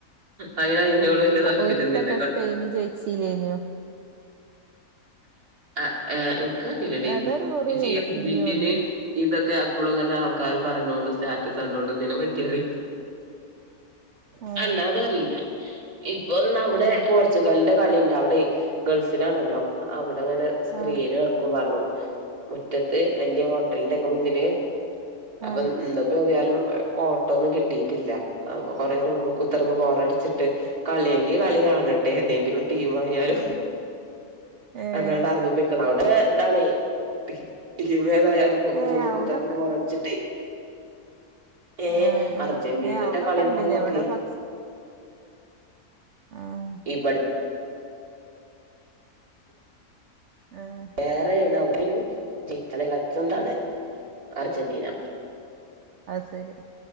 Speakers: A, on the right; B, on the right.
A: അതിന് അയ്നോട് വല്ല്യ താല്പര്യംന്നും
B: ഒരിക്കറ്റെ
A: ഇല്ല.
B: സ്പെയിന് ജയിച്ചിലേനോ.
A: ആഏ എനിക്കറിയില്ലഡി
B: അതൊരു കുറി
A: ഇച്ചി
B: വെച്ചീനി
A: ഈ അർജന്റീനെ
B: തോന്ന്ണ്
A: ഇതൊക്കെ എപ്പളും ങ്ങനെ ആൾക്കാര് പറയുന്നോണ്ട് സ്റ്റാറ്റസ് കണ്ടോണ്ട് ഇതിനെ പറ്റിയറി
B: ആഹ്
A: അല്ലാതറിയില്ല ഇപ്പൊന്നവിടെ
B: ഏഹ്
A: പോർച്ചുഗാലിന്റെ കളിണ്ട് അവിടെ ഗൾഫിലാണല്ലോ അവിടെ ങ്ങനെ. സ്ക്രീന്
B: ആഹ്
A: വെക്കും പറഞ്ഞു മുറ്റത്ത് വെല്ല്യ ഹോട്ടലിന്റെക്കെ മുന്നില്. അപ്പൊ
B: ആഹ്
A: ഇന്ന്പ്പോ എതാലും ഓട്ടോന്നും കിട്ടീട്ടില്ല. അപ്പൊ കൊറേ റൂമ് കുത്തർന്ന് ബോറടിച്ചിട്ട് കളിയെങ്കി കളി കാണട്ടെ ഏതെങ്കിലും ടീമ് ആയാലും
B: ഏഹ്
A: എന്നാർണ്ട് എറങ്ങിപ്പോ ക്കണ് അവിടെ ഇതാണ് ഇ ടീ ടീമ് ഏതായാലും
B: ഏഹ്
A: റൂമ്
B: അവ്ടൊക്കെ
A: കുത്തിർന്ന് ബോറടിച്ചിട്ടേ. ഏഹ്
B: ആഹ് ആഹ്
A: അർജന്റീനന്റെ
B: ഏഹ് അവ്ടൊക്കെ
A: കളിന്റെന്നോക്കെ.
B: ഇണ്ട്ല്ലേ ഇവടെ ഫ്ലക്സ് ആഹ്
A: ഇവിടു
B: ആഹ്.
A: വേറെയണ ഒലും ജിച്ചള ലെജണ്ട് ണ് അർജന്റീന
B: അ ശരി